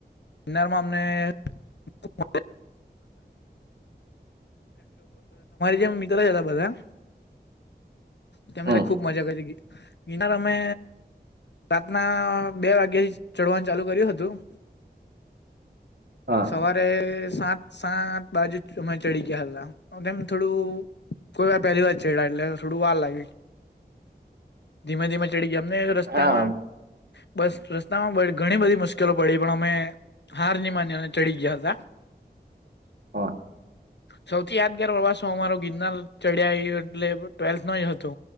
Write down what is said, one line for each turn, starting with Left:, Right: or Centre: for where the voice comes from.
Left: ગિરનામાં અમને તમા જેમ મિત્ર જ હતા બધા. તેમને
Right: હમ
Left: ખુબ મજા કર છે ગિનાર અમે રાતના બે વાગ્યા થી ચડવાનું ચાલુ કર્યું હતું.
Right: હા
Left: સવારે સાત સાત બાજુ અમે ચડી ગયા હતા કેમ થોડું. કોઈ મે પહેલી વાર ચેડા લ થોડું વાર લાગે. ધીમે ધીમે ચડી ગયા એમને રસ્તામાં.
Right: હા
Left: બસ રસ્તામાં ઘણી બધી મુશ્કેલો પડી પણ અમે હાર નીમાની ચડી ગયા હતા.
Right: હ.
Left: સૌથી યાદગાર પ્રવાસો અમારો ગિરનાર ચડ્યા એટલે ટ્વેલ્થ નો જ હતો.